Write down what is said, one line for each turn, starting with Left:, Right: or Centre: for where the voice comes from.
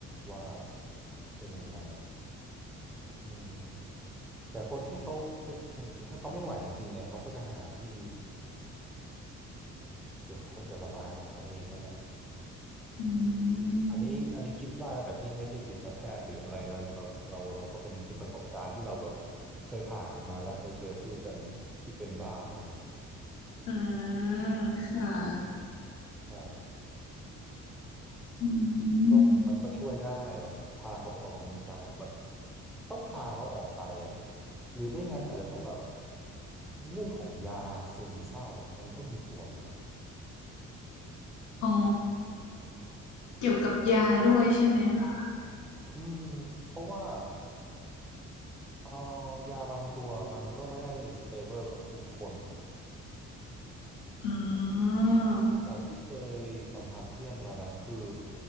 Centre: ว่าเป็นยังไงอืมแต่คนที่เขาเป็นเป็นอย่างนี้ถ้าเขาไม่ไหวจริงๆอ่ะเขาก็จะหาที่เดี๋ยวเขาก็จะระบายออกมาเองนั่นแหละ
Left: อืม
Centre: อันนี้อันนี้คิดว่านะแต่พี่ไม่ใช่จิตแพทย์หรืออะไรนะเราเราเราก็เป็นเป็นประสบการณ์ที่เราแบบเคยผ่านมาแล้วเคยเจอเพื่อนที่เป็นบ้างอะไรอย่างเงี้ย
Left: อ่าค่ะ
Centre: อืมใช่
Left: อื
Centre: ก็มันมันก็ช่วยได้แบบพาเขาไปออกกำลังกายแบบ
Left: ม
Centre: ต้องพาเขาออกไปอ่ะหรือไม่งั้นอาจจะต้องแบบเรื่องของยาซึมเศร้ามันก็มีส่วนนะ
Left: อ๋อเกี่ยวกับยาด้วยใช่ไหมคะ
Centre: อืมเพราะว่าเออยาบางตัวมันก็ไม่ได้สเตเบิลกับทุกคนอะ
Left: อืม
Centre: จากที่เคยสัมผัสเพื่อนมานะคือ